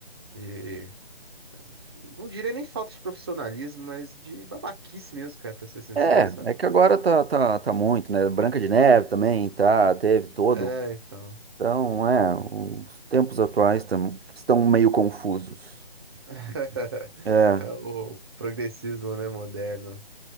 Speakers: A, on the right; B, on the right.
A: de- Não diria nem falta de profissionalismo, mas de babaquice mesmo, cara, pra ser sincero,
B: É,
A: sabe?
B: é que agora tá, tá, tá muito, né? Branca de Neve também, tá, teve todo.
A: É, então.
B: Então, é, os tempos atuais tam- estão meio confusos.
A: <laughs>
B: É,
A: É o progressismo, né, moderno.